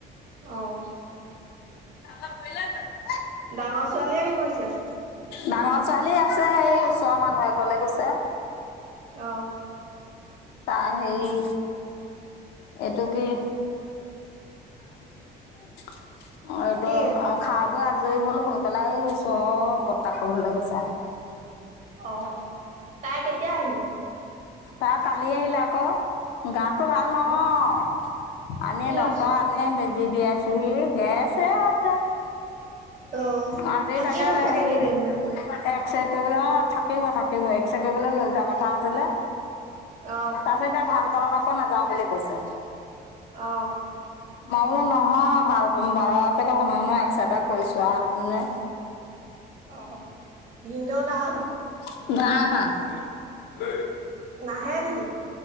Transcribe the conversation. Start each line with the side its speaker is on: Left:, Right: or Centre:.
Right: অ',
Left: <unintelligible> <unintelligible>
Right: ডাঙৰ ছোৱালীয়ে কি কৰিছে।
Left: ডাঙৰ ছোৱালী আছে। সেই ওচৰৰ মানুহ এ ঘৰলৈ গৈছে।
Right: অ',
Left: তাৰ হেৰি এইটো কি। হ <unintelligible> অ', এইটো
Right: কি?
Left: আৰু খাই বৈ আজৰি হ'ল। হৈ পেলাই এই ওচৰৰ বৰ্তায়েকৰ ঘৰলৈ গৈছে।
Right: অ' তাই কেতিয়া আহিলে।
Left: তা কালি আহিলে আকৌ' গাটো ভাল নহয়।
Right: অ',
Left: আনে
Right: কি
Left: ড্ক্তৰ
Right: হৈছে?
Left: আনে বেজি দিয়াইছোহি গেছে হৈছে <unintelligible>
Right: অ',
Left: আজি
Right: থাকিব
Left: তাকে
Right: চাগে
Left: হেৰিৰে
Right: কেইদিনমান।
Left: এক্স ৰে কৰিবলৈ, অ', থাকিব থাকিব এক্স ৰে কৰিবলৈ লৈ যোৱা কথা আছিলে
Right: অ',
Left: তাৰপিছত, এতিয়া ভাল পালত আকৌ নাযাওঁ বুলি কৈছে
Right: অ',
Left: মই বোলো নহয় ভাল <unintelligible> এক্সৰে এটা কৰিছোঁ <unintelligible>
Right: অ' ভিনদ' না
Left: <unintelligible>
Right: নাহে নেকি?